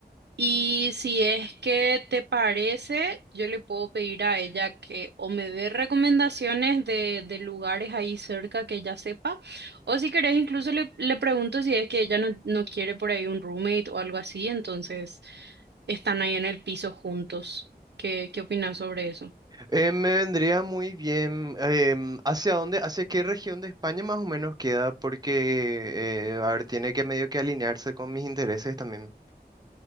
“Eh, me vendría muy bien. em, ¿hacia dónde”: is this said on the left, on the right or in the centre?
Right